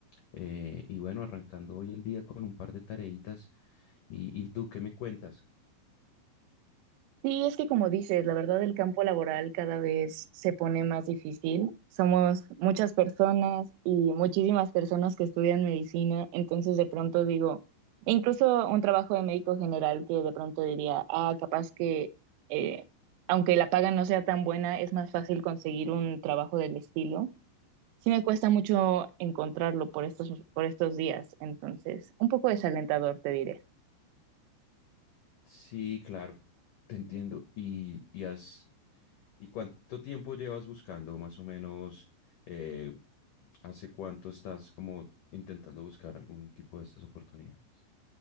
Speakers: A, on the left; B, on the right.
A: eh, y bueno, arrancando hoy el día con un par de tareitas. ¿Y, y tú qué me cuentas?
B: Sí, es que como dices, la verdad el campo laboral cada vez se pone más difícil. Somos muchas personas y muchísimas personas que estudian medicina, entonces de pronto digo, e incluso un trabajo de médico general que de pronto diría, ah, capaz que eh, aunque la paga no sea tan buena, es más fácil conseguir un trabajo del estilo. Sí me cuesta mucho encontrarlo por estos, por estos días, entonces un poco desalentador, te diré.
A: Sí, claro, te entiendo. ¿Y, y has, y cuánto tiempo llevas buscando, más o menos, eh, hace cuánto estás como intentando buscar algún tipo de estas oportunidades?